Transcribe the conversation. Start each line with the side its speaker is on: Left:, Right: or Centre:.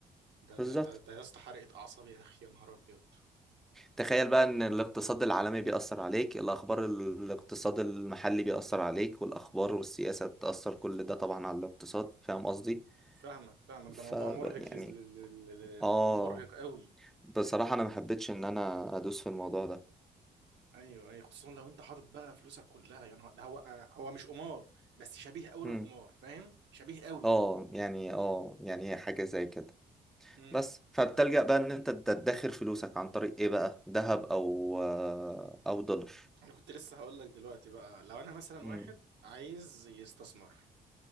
Right: ده
Centre: بالظبط
Right: ده ده ده يا اسطى حرقة أعصاب يا أخي يا نهار أبيض
Centre: تخيل بقى ان الاقتصاد العالمي بيأثر عليك الاخبار الاقتصاد المحلي بيأثر عليك والاخبار والسياسة تأثر كل ده طبعا على الاقتصاد فاهم قصدي
Right: فاهمك فاهمك
Centre: ف
Right: ده موضوع مرهق
Centre: يعني
Right: لز... ل... ل... ل...
Centre: اه
Right: ل- مرهق قوي
Centre: بصراحة انا ما حبيتش ان انا ادوس في الموضوع ده
Right: ايوه ايوه خصوصا لو انت حاطط بقى فلوسك كلها يا نهار ده هو هو مش قمار بس شبيه قوي
Centre: مم.
Right: للقمار فاهم شبيه قوي
Centre: اه يعني اه يعني هي حاجة زي كده
Right: امم
Centre: بس فبتلجأ بقى ان انت تدخر فلوسك عن طريق ايه بقى ذهب او آه، او دولار
Right: انا كنت لسه هقول لك دلوقتي بقى لو انا مثلا
Centre: مم.
Right: واحد عايز يستثمر